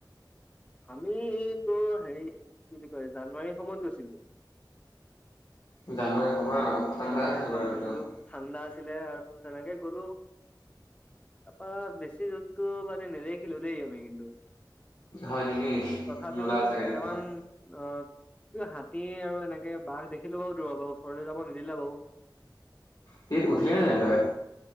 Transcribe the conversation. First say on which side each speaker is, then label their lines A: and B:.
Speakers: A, on the left; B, on the left.
A: আমি তোৰ হেৰি কি বুলি কয়, জানুৱাৰী সময়ত গৈছিলো।
B: জানুৱাৰী সময়
A: তাৰপা
B: ঠাণ্ডা
A: জানুৱাৰী
B: আছিল
A: সময়ত
B: বাৰু সেইটো
A: গৈছিলোঁ ঠাণ্ডা আছিলে আৰু তেনেকে গলোঁ। তাপা বেছি জন্তু মানে নেদেখিলোঁ দেই আমি কিন্তু।
B: হয় নেকি
A: তথাপিওঁ
B: নোলাল চাগে
A: কেটামান
B: তেতিয়া
A: অ'। এই হাতী আৰু এনেকে বাঘ দেখিলো বাৰু দূৰপা উচৰলে যাব নিদিলে বাৰু।
B: তেত' উঠিলি
A: বাকী
B: নে নাই তই